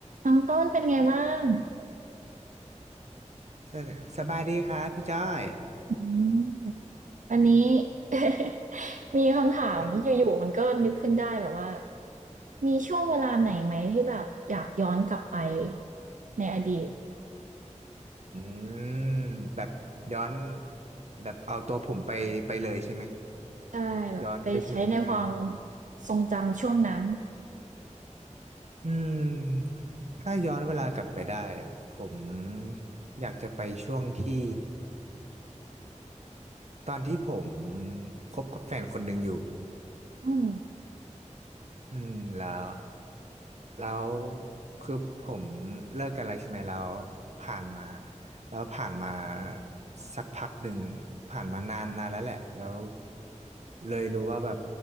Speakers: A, on the right; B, on the right.
A: น้องต้นเป็นไงบ้าง
B: สสบายดีครับพี่จ้อย
A: อืมวันนี้ <laughs> มีคำถามอยู่ๆมันก็นึกขึ้นได้แบบว่า
B: อืม
A: มีช่วงเวลาไหนไหมที่แบบอยากย้อนกลับไปในอดีต
B: อืมแบบย้อนแบบเอาตัวผมไปไปเลยใช่ไหม
A: ใช่แบบไปใช้ในความ
B: ย้อนไปถึงช่วงนั้น
A: ทรงจำช่วงนั้น
B: อืมถ้าย้อนเวลากลับไปได้ผมอยากจะไปช่วงที่ตอนที่ผมคบกับแฟนคนหนึ่งอยู่
A: อืม
B: อืมแล้วแล้วคือผมเลิกกันแล้วใช่ไหมแล้วผ่านมาแล้วผ่านมาสักพักหนึ่งผ่านมานานนานแล้วแหละแล้วเลยรู้ว่าแบบ